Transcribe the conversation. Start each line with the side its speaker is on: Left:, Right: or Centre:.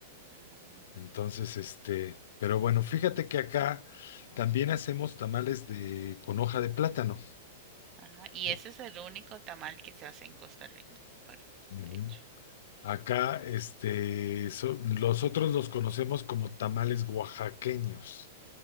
Right: Ujú,
Left: Entonces, este, pero bueno, fíjate que acá también hacemos tamales de con hoja de plátano.
Right: Ajá. Y
Left: Eh,
Right: ese es el único tamal que se hace en Costa Rica, pare-
Left: ujú.
Right: de hecho.
Left: Acá, este, so- nosotros los conocemos como tamales oaxaqueños.